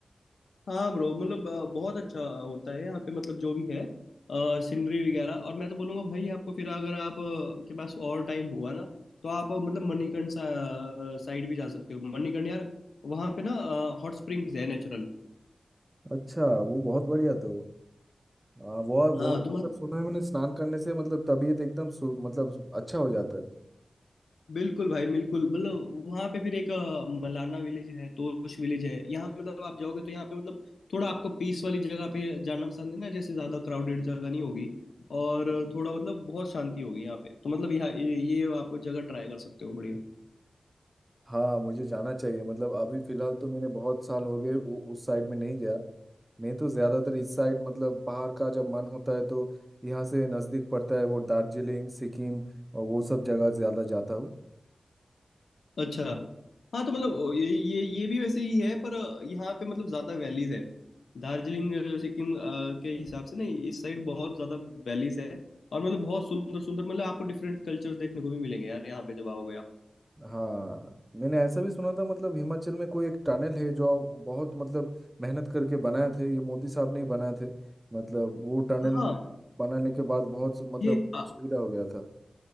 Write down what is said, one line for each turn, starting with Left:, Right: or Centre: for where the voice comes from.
Left: हाँ ब्रो मतलब अ, बहुत अच्छा होता है यहाँ पे मतलब जो भी है सीनरी वगैरह और मैं तो बोलूँगा भाई आपको फिर अगर आप अ, के पास और टाइम हुआ ना तो आप अ, मतलब मणिकर्ण साइड भी जा सकते हो मणिकर्ण यार वहाँ पे ना हॉट स्प्रिंग्स है नेचुरल
Right: अच्छा वो बहुत बढ़िया तो हाँ वो वो
Left: हाँ
Right: मतलब
Left: तुम्हारा
Right: सुना है मैंने स्नान करने से मतलब तबीयत एकदम सु- मतलब अच्छा हो जाता है
Left: बिल्कुल भाई बिल्कुल मतलब वहाँ पे फिर एक अ, मलाना विलेज है तोश विलेज है यहाँ पे मतलब आप जाओगे तो यहाँ पे मतलब थोड़ा आपको पीस वाली जगह पे जाना पसंद है ना जैसे ज्यादा क्राउडेड जगह नहीं होगी और थोड़ा मतलब बहुत शांति होगी यहाँ पे तो मतलब यहाँ ये, ये आप जगह ट्राई कर सकते हो बढ़िया
Right: हाँ मुझे जाना चाहिए मतलब अभी फिलहाल तो मैंने बहुत साल हो गए उ, उस साइड में नहीं गया मैं तो ज्यादातर इस साइड मतलब बाहर का जब मन होता है तो यहाँ से नजदीक पड़ता है वो दार्जिलिंग सिक्किम और वो सब जगह ज्यादा जाता हूँ
Left: अच्छा हाँ तो मतलब ये ये ये भी वैसे ही है पर यहाँ पे मतलब ज्यादा वैलीज है दार्जिलिंग अ, सिक्किम अ, के हिसाब से ना इस साइड बहुत ज्यादा वैलीज है और मतलब बहुत सुंदर सुंदर मतलब आपको डिफरेंट कल्चर्स देखने को भी मिलेंगे यार यहाँ पे जब आओगे आप
Right: हाँ मैंने ऐसा भी सुना था मतलब हिमाचल में कोई एक टनल है जो बहुत मतलब मेहनत करके बनाए थे ये मोदी साहब ने ही बनाए थे मतलब वो टनल
Left: हाँ
Right: बनाने के बाद बहुत मतलब
Left: ये अ-
Right: सुविधा हो गया था